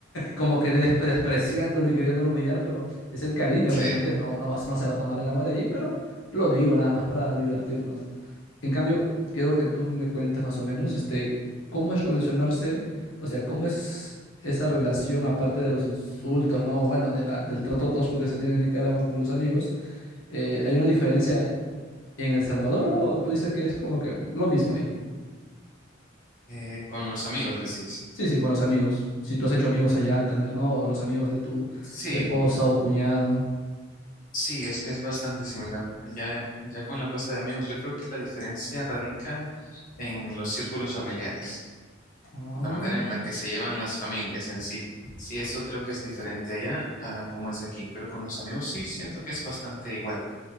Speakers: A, on the left; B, on the left.
A: Como que des- despreciándolo y queriéndolo humillar, pero es el cariño,
B: Sí,
A: realmente no, no vas, no se va a tomar el agua de ahí, pero lo digo nada más para divertirnos. En cambio, quiero que tú me cuentes más o menos, este, cómo es relacionarse, o sea, cómo es esa relación, aparte de los insultos, ¿no? Bueno, de la- del trato tosco que se tiene en Nicaragua con los amigos. Eh, ¿hay una diferencia en El Salvador o tú dices que es como que lo mismo ahí?
B: eh, con los amigos decís.
A: Sí, sí, con los amigos. Si tú has hecho amigos allá, tal vez no, o los amigos de tu
B: Sí,
A: esposa o cuñado.
B: sí, es, es bastante similar. Ya, ya con la cosa de amigos, yo creo que la diferencia radica en los círculos familiares.
A: Ah,
B: la manera en la que se llevan las familias en sí. Sí, eso creo que es diferente allá a cómo es aquí, pero con los amigos sí siento que es bastante igual,